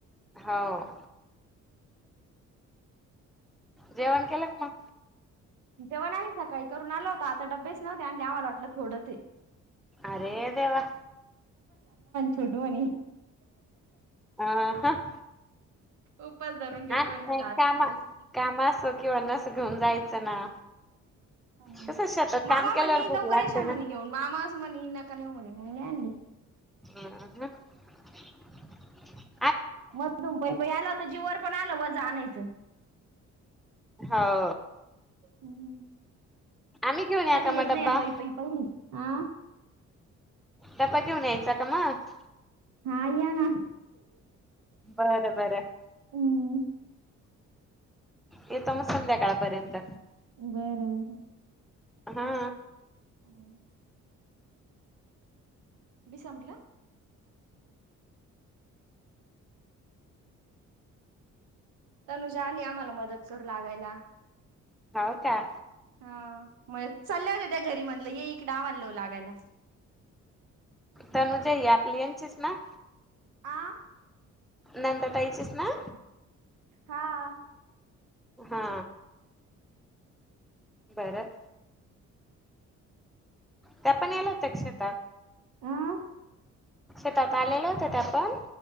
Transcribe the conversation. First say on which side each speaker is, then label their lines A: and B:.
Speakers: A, in the centre; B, on the right (about 80°).
A: होव, जेवण केल का मऽ
B: जेवन आहे, सकाळी करून आलो होतो, आता डबेच नव्हते आणले आम्हाला वाटलं थोडं तेऽ
A: अरे देवा!
B: छोटूवानी,,
A: अह हं,
B: उपास धरून घेतो
A: ह नाही
B: म्हणे आता आजचा
A: कामा,
B: दिवस.
A: काम असऽ किंवा नस घेऊन जायचं ना.
B: ह,
A: कसं शेतात काम
B: मामा
A: केल्यावर
B: म्हणे
A: भूक
B: लवकरे
A: लागते
B: शान
A: ना
B: म्हणी घेऊन, मामाऽ मणी ना काऊ मणी मग आणली.
A: हा.
B: मग दुमपई पई आलं होत जीवर पण आल वज आणायचं
A: हो.
B: हम्म.
A: आम्ही घेऊन या
B: कधी
A: का मग
B: येत
A: डब्बा
B: नाही, पै पै पहिली, आं
A: डब्बा घेऊन यायचा का मग
B: हा, या ना
A: बर, बर.
B: हम्म
A: येतो मग संध्याकाळपर्यंत
B: बरं.
A: हा,
B: हम्, बि संपलं. तनुजा आली आम्हाला मदत करू लागायला.
A: होव का?
B: हा,, म चालल्या होत्या घरी मनलं ये एक डाव लागायला. <inaudible>
A: तनुजा हि आपली हंनचीच ना.
B: आं,,
A: नंदा ताईचस ना.
B: हा,
A: हा बरं, त्या पण येलात शेतात.
B: आं,
A: शेतात आलेलं होत त्या पणऽ